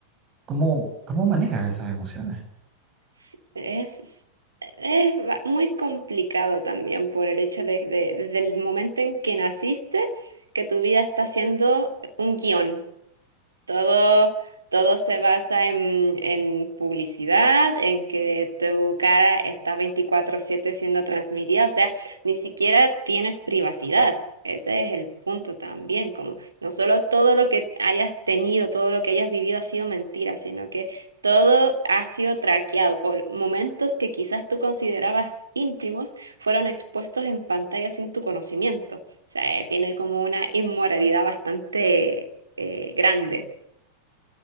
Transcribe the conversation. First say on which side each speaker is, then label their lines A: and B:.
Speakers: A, on the right; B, on the right.
A: ¿cómo, cómo manejas esas emociones?
B: s- es... es- es ba- muy complicado también por el hecho de, de- desde el momento en que naciste, que tu vida está siendo un guión Todo, todo se basa en, en publicidad, en que tu cara está veinticuatro siete siendo transmitida, o sea, ni siquiera tienes privacidad. Ese es el punto también, como no solo todo lo que hayas tenido, todo lo que hayas vivido ha sido mentira, sino que todo ha sido traqueado, con momentos que quizás tú considerabas íntimos fueron expuestos en pantalla sin tu conocimiento. O sea, eh, tiene como una inmoralidad bastante eh, grande.